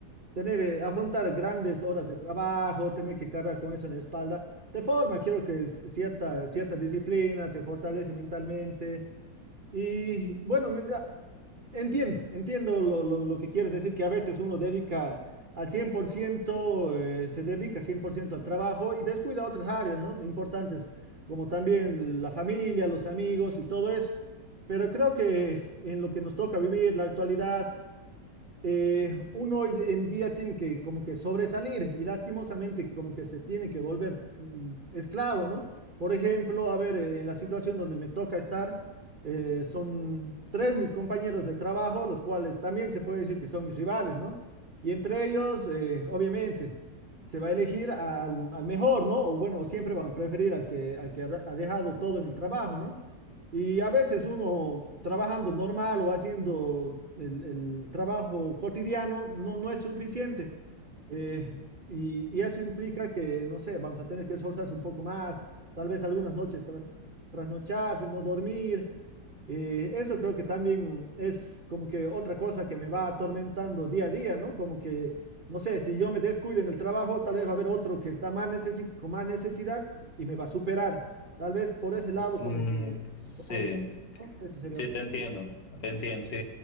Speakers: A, on the right (about 40°); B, on the left (about 85°).
A: tener, eh, afrontar grandes horas de trabajo, tener que cargar con eso en la espalda, te forma, quiero que es cierta, cierta disciplina, te fortalece mentalmente. Y bueno, mira, Entiendo, entiendo lo, lo- lo que quieres decir, que a veces uno dedica al 100%, eh, se dedica 100% al trabajo y descuida otras áreas, ¿no? Importantes, como también la familia, los amigos y todo eso. Pero creo que en lo que nos toca vivir, la actualidad, eh, uno hoy de- en día tiene que como que sobresalir y lastimosamente como que se tiene que volver mm, esclavo, ¿no? Por ejemplo, a ver, eh, en la situación donde me toca estar, eh, son tres mis compañeros de trabajo, los cuales también se puede decir que son mis rivales, ¿no? Y entre ellos, eh, obviamente, se va a elegir al, al mejor, ¿no? O bueno, siempre van a preferir al que, al que ha ha dejado todo en el trabajo, ¿no? Y a veces uno trabajando normal o haciendo el, el trabajo cotidiano no, no es suficiente. Eh, y, y eso implica que, no sé, vamos a tener que esforzarse un poco más, tal vez algunas noches tras- trasnocharse, no dormir, eh, eso creo que también es como que otra cosa que me va atormentando día a día, ¿no? Como que, no sé, si yo me descuido en el trabajo, tal vez va a haber otro que está más necesi- con más necesidad y me va a superar. Tal vez por ese lado
B: Mm,
A: como que,
B: sí,
A: ah, no, no, ese sería
B: sí,
A: otro.
B: te entiendo, te entiendo, sí.